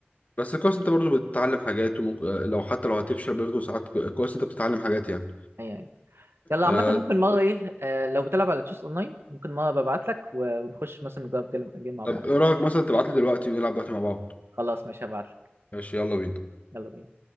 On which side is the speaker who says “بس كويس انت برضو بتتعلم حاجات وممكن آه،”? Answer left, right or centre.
Left